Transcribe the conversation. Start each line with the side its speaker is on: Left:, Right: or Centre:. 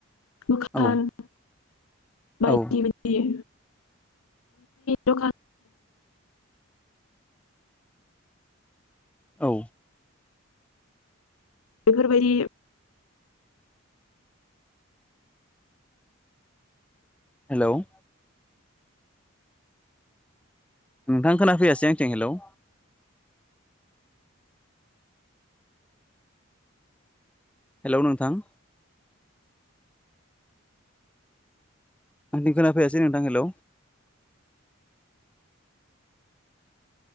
Left: मोखान
Centre: औ
Left: बायदि
Centre: औ
Left: बायदिां दखान
Centre: औ।
Left: बेफोरबायदि
Centre: हेल'। नोंथां खोना फैयासै आंथिं हेलौ हेलौ नोंथां। आं खोनाैासै नोंथां हेल'